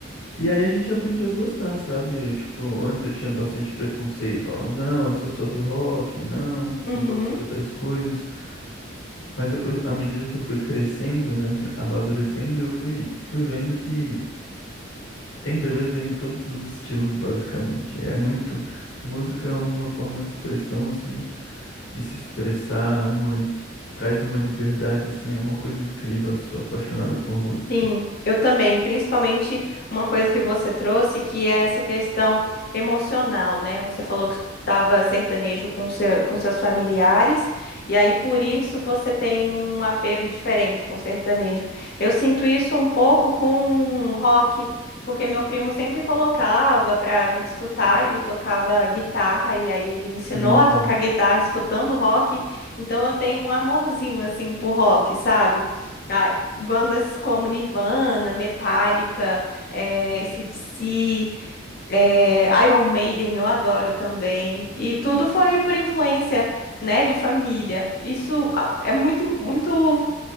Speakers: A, on the left; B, on the left.
A: E aí a gente aprende a gostar, sabe? Eu, Tipo, antes eu tinha bastante preconceito, falava, não, eu sou só do rock, não,
B: Uhum.
A: não gosto de outras coisas. Mas depois, à medida que eu fui crescendo, né, me amadurecendo, eu fui, fui vendo que tem beleza em todos os estilos, basicamente. É muito, música é uma forma de expressão, assim, de se expressar, uma, traz uma liberdade, assim, é uma coisa incrível. Eu sou apaixonado por música.
B: Sim, eu também, principalmente uma coisa que você trouxe, que é essa questão emocional, né? Você falou que escutava sertanejo com seu, com seus familiares, e aí por isso você tem um apego diferente com sertanejo. Eu sinto isso um pouco com rock, porque meu primo sempre colocava pra gente escutar, ele tocava guitarra, e aí ele me ensinou
A: Uhum.
B: a tocar guitarra escutando rock, então eu tenho um amorzinho assim por rock, sabe? Ah, bandas como Nirvana, Metallica, é, AC/DC, eh, Iron Maiden, eu adoro também. E tudo foi por influência, né, de família. Isso ah, é muito, muito